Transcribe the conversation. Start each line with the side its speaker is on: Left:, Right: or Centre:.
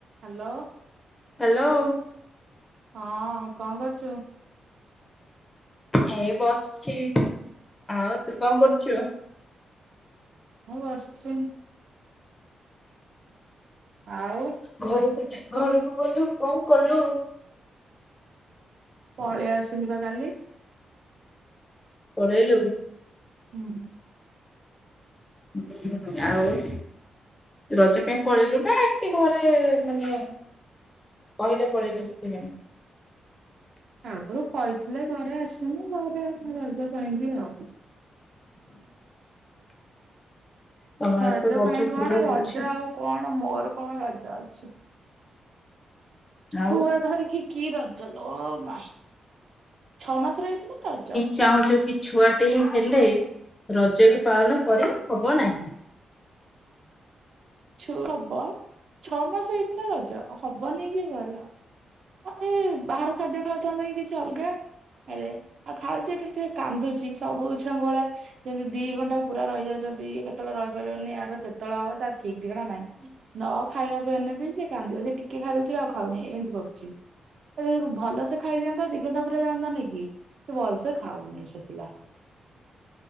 Right: Hello.
Left: Hello.
Right: ହଁ କଣ କରୁଚୁ?
Left: ଏଇ ବସଚି ଆଉ ତୁ କଣ କରୁଛୁ?
Right: ହେଇ ବସିଚି। ଆଉ
Left: ଘରକୁ ଯା ଘରକୁ ଗଲୁ କଣ କଲୁ?
Right: ପଳେଇ ଆସିଲି ବା କାଲି।
Left: ପଳେଇଲୁ?
Right: ହୁଁ।
Left: ଉଁ ହୁଁ ଆଉ। ରଜ ପାଇଁ ପଳେଇଲୁ ନା ଏମିତି ଘରେ ମାନେ କହିଲେ ପଳେଇଲୁ ସେଥିପାଇଁ।
Right: ଆଗରୁ କହିଥିଲେ ଘରେ ଆସନି ଘରେ ରଜ ପାଇଁ ବି ଆଉ।
Left: ତମ
Right: ରଜ
Left: ଆଡେ ତ
Right: ପାଇଁ କଣ
Left: ଭଲ
Right: ରଜା
Left: ହଉଛି
Right: ଆଉ କଣ ମୋର କଣ ରଜ ଅଛି। ଛୁଆ
Left: ଆଉ
Right: ଧରିକି କି ରଜ ଲୁ ମା ଛଅ ମାସର ହେଇଥିଲେ ରଜ।
Left: ଚାହୁଁଚୁ କି ଛୁଆଟି ହେଲେ ରଜ ବି ପାଳନ କରି ହବ ନାହିଁ।
Right: ଛୁ ହବ ଛଅ ମାସ ହେଇଥିଲେ ରଜ ହବନି କିଏ କହିଲା। ଆଉ ଏଇ ବାହାର ଖାଦ୍ୟ ଖାଉଥାନ୍ତା କି କିଛି ଅଲଗା। ହେଲେ ଆଉ ଖାଉଚି ଏଠି ଟିକେ କାନ୍ଦୁଚି ସବୁ ଛୁଆଙ୍କ ଭଳିଆ ଯେମିତି ଦି ଘଣ୍ଟା ପୁରା ରହିଯାଉଚନ୍ତି କେତେବେଳେ ରହିପାରିବନି ୟାର କେତେବେଳେ ହବ ତା ଠିକ ଠିକଣା ନାଇଁ। ନ ଖାଇବାକୁ ଏନେବି ସେ କାନ୍ଦିବ ସେ ଟିକେ ଖାଇଦଉଚି ଆଉ ଖାଉନି ଏମିତି କରୁଛି। ଯଦି ଭଲସେ ଖାଇ ଦିଅନ୍ତା ଦିଘଣ୍ଟା ପୁରା ଯାଆନ୍ତା ନି କି ସେ ଭଲସ ଖାଉନି ସେଥିଲାଗି।